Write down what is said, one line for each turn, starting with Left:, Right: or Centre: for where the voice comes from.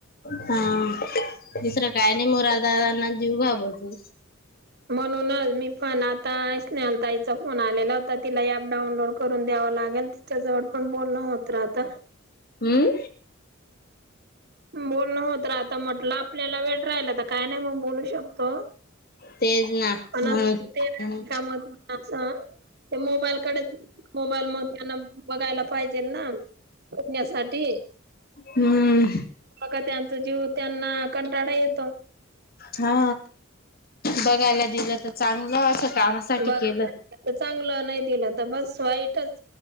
Left: हा दुसरं काय नाही मुरार दादांना जीव घाबरतो.
Right: म्हणूनच मी पण आता स्नेहल ताईचा फोन आलेला होता, तिला ऍप डाऊनलोड कर करून द्याव लागेल तिच्या जवळ पण बोलणं होत राहत.
Left: हम्म.
Right: बोलणं होत राहतं म्हटलं आपल्याला वेळ राहिला काय नाही मग बोलू शकत.
Left: तेच ना
Right: पण
Left: म्हणून
Right: ते कामात <inaudible> मोबाईलकडे मोबाईल मध्ये न बघायला पाहिजे बघण्यासाठी
Left: हम्म
Right: का त्यांचा जीव त्यांना कंटाळा येतो.
Left: हा बघायला दिलं तर चांगलं असं कामासाठी
Right: बघ
Left: केलं
Right: आता चांगलं नाही दिलं तर बस. वाईटच